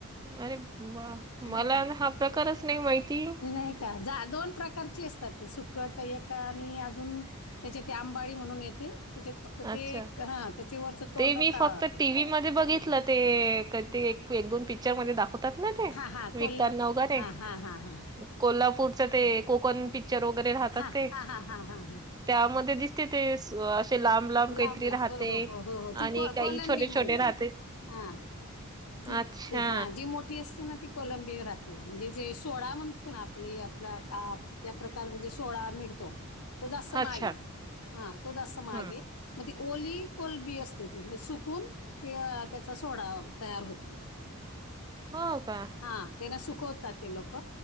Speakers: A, on the right; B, on the left.
A: अरे वा,
B: हं.
A: मला हा प्रकारच नाही माहिती.
B: नाही का जा, दोन प्रकारची अस ते सुकट एक आणि, अजून त्याच्या ते आंबाडी म्हणून येते. त्याच्यात फक्त ते
A: अच्छा
B: एक, हां, त्याच्यावरचं तोंड
A: ते मी
B: काढावं
A: फक्त
B: लागते.
A: टीव्ही मध्ये बघितलं, ते ते एक दोन पिक्चर मध्ये दाखवतात ना, ते
B: हां हां कोल
A: विकताना वगैरे
B: हां हां हां हां
A: कोल्हापूरच ते कोकन प वगैरे राहतात
B: हां हां
A: ते,
B: हां हां हां हां
A: त्यामध्ये दिसते ते असे लांब लांब
B: लाबला
A: काहीतरी राहते
B: हो, हो, हो, हो, हो, ती
A: आणि
B: को
A: काही
B: कोलंबी
A: छोटे
B: मग
A: छोटे राहते
B: ती, हा. ते,
A: अच्छा
B: ते हा, जे मोठी असते ना ती कोलंबी राहते, म्हणजे जे सोळा म्हणतो आप आपला त्या प्रकारे म्हणजे सोळा मिडतो, तो जास्त महाग
A: अच्छा
B: ये, तो जास्त महाग
A: ह
B: ये. मग ती ओली कोलबी असते ती, मग सुकून ते त्याचा सुकून सोडा तयार होतो. <unintelligible> <inaudible>
A: हो का?
B: हा, त्याला सुकवतात ते लोक,